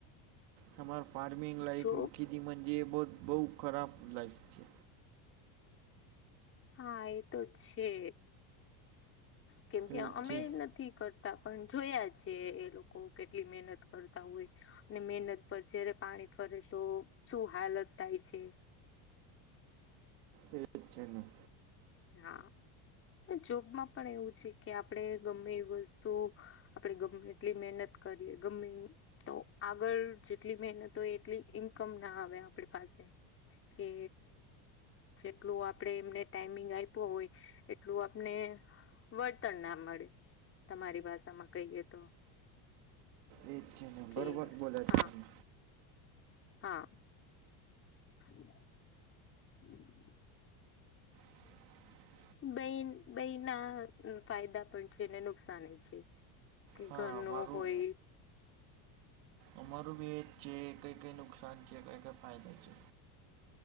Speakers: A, on the right; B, on the left.
A: તમાર ફાર્મિંગ
B: જો
A: <unintelligible> બહુ ખરાબ લાઈફ છે.
B: હા એ તો છે કેમ કે
A: એ
B: અમે
A: જ
B: નથી કરત તા પણ જોયા છે એ લોકો કેટલી મહેનત કરતા હોય અને મહેનત પર જ્યારે પાણી ફરે તો શું હાલત થાય છે
A: એ છેનું
B: હા જોબમાં પણ એવું છે કે આપણેે ગમે એ વસ્તુ આપડે ગમે એટલી મહેનત કરીએ ગમે તો આગળ જેટલી મહેનત હોય એટલી ઇન્કમ ના આવે આપણી પાસે કે જેટલું આપણેે એમને ટાઈમે આયપો હોય એટલું આપને વળતર ના મળે. તમારી ભાષામાં કહીએ તો
A: એ છે ને બરોબર
B: કે
A: બોલા છે
B: હા
A: તમે
B: હા <unintelligible> <inaudible>
A: <inaudible>
B: બે બે ના ફાયદા પણ છે ને નુકસાન છે કે
A: હા
B: ઘરનું
A: અમારું
B: હોય
A: અમારું ભી એજ છે કઈ કઈ નુકસાન છે કઈ કઈ ફાયદો છે.